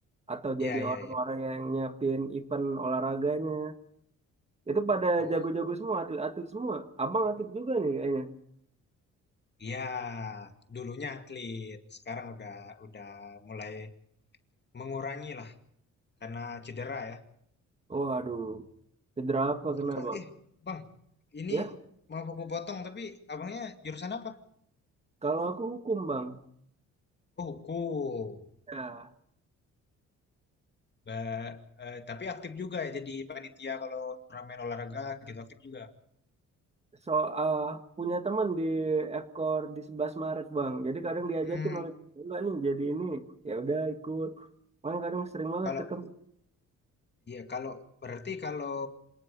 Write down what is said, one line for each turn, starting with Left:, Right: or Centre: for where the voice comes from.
Right: Atau
Left: iya
Right: jadi
Left: iya
Right: orang-orang
Left: iya.
Right: yang nyiapin event olahraganya. Itu pada
Left: Oh,
Right: jago-jago semua, atlet-atlet semua. Abang atlet juga nih kayaknya.
Left: iya. Dulunya atlet, sekarang udah udah mulai mengurangi lah karena cedera ya.
Right: Oh, aduh. Cedera apa kena,
Left: Ke-
Right: Bang?
Left: Eh, Bang, ini
Right: Ya,
Left: mau aku potong, tapi abangnya jurusan apa?
Right: kalau aku hukum, Bang.
Left: Oh, hukum.
Right: Ya,
Left: Ba- eh, tapi aktif juga ya jadi panitia kalau turnamen olahraga gitu aktif juga.
Right: so, ah, punya teman di Ekor di 11 Maret, Bang. Jadi kadang diajakin
Left: Hmm,
Right: oleh enggak nih, jadi ini. Ya udah ikut. Makanya kadang sering banget
Left: kalau
Right: ketemu.
Left: iya kalau berarti kalau